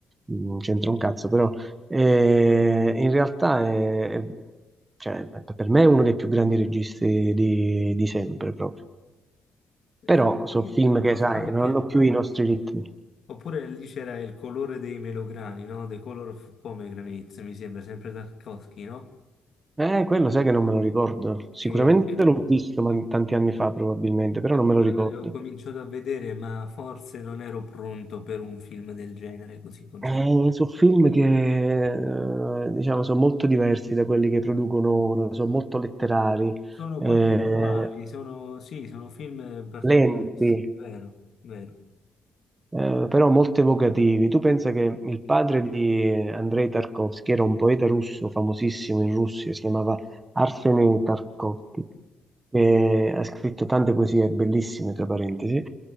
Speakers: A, on the right; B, on the left.
A: Mm, non c'entra un cazzo, però eh, in realtà è, è- cioè, per me è uno dei più grandi registi di, di sempre proprio.
B: Eh,
A: Però sono
B: anche
A: film
B: lì,
A: che,
B: Nostalgia.
A: sai, non hanno più i nostri ritmi.
B: Oppure lì c'era il colore dei melograni, no? The Color of Pomegranates, mi sembra, sempre Tarkovsky, no?
A: Eh, quello sai che non me lo ricordo. Sicuramente
B: Che
A: l'ho visto ma tanti anni fa probabilmente, però non me
B: Io
A: lo ricordo.
B: l'avevo cominciato a vedere, ma forse non ero pronto per un film del genere così concettuale.
A: Eh, sono film che eh, diciamo sono molto diversi da quelli che producono ora, sono molto letterari,
B: Sono
A: eh,
B: concettuali, sono, sì, sono film particolari,
A: lenti.
B: vero, vero.
A: eh, però molto evocativi. Tu pensa che il padre di Andrei Tarkovsky era un poeta russo famosissimo in Russia, si chiamava Arsenij Tarkovsky, e ha scritto tante poesie bellissime, tra parentesi,